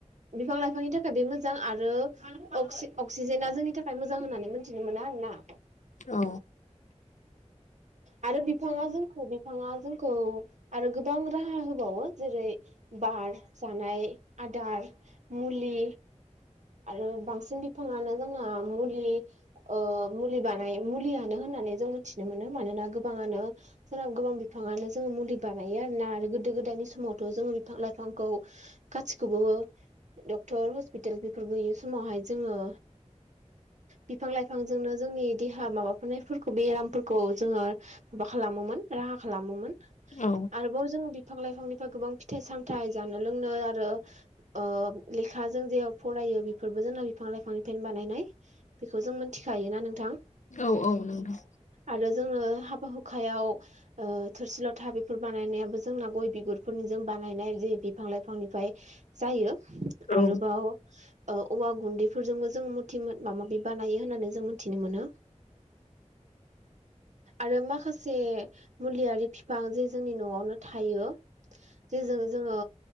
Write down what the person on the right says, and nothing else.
बिफां लाइफांनि थाखाय बे मोजां आरो <unintelligible> अक्सिजेना जोंनि थाखाय मोजां होननानै मिथिनो मोनो आरो ना।
आरो बिफाङा जोंखौ बिफाङा जोंखौ आरो गोबां राहा होबावो। जेरै बार जानाय आदार मुलि आरो बांसिन बिफाङानो जोंना मुलि ओ मुलि बानाय मुलियानो होननानै जों मिथिनो मोनो मानोना गोबाङानो <unintelligible> गोबां बिफाङानो जोङो मुलि बानायो आरोना आरो गोदो गोदायनि समावथ' जोङो बिफां लाइफां खौ गासिखौबो डक्टर हस्पिटाल बेफोर गैयि समावहाय जोङो बिफां लाइफांजोंनो जोंनि देहा माबाफोरनायफोरखौ बेरामफोरखौ जोङो माबा खालामोमोन राहा खालामोमोन।
आरोबाव जोङो बिफां लाइफांनिफ्राय गोबां फिथाइ सामथाय जानो लोंनो आरो। ओ लेखाजों जे फरायो बेफोरबो जोंना बिफां लाइफांनिफ्रायनो बानायनाय। बेखौ जों मोनथिखायोना नोंथां।
आरो जोङो हाबा हुखायाव ओ थोरसि लथा बे फोर बानायनायाबो जोंना गय बिगुरफोरनिजों बानायनाय जे बिफां लाइफांनिफाय जायो।
आरोबाव ओ औवा गुन्दैफोरजोंबो जों मथिमोन माबा माबि बानायो होननानै जों मोनथिनो मोनो। आरो माखासे मुलियारि फि फां जे जोंनि न'आवनो थायो। जेजों जोङो